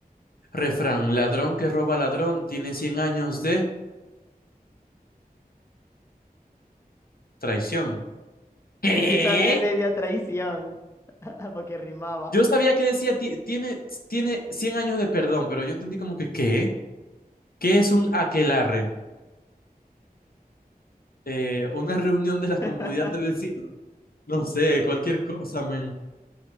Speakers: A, on the left; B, on the left.
A: Refrán, ladrón que roba ladrón tiene 100 años de traición.
B: <laughs>
A: ¿Qué?
B: Yo también le di a traición <laughs> porque rimaba.
A: Yo sabía que decía ti- tiene, tiene 100 años de perdón, pero yo entendí como que ¿qué? ¿Qué es un aquelarre? Eh, una <laughs> reunión de la comunidad
B: <laughs>
A: de vecinos. No sé, cualquier cosa, men.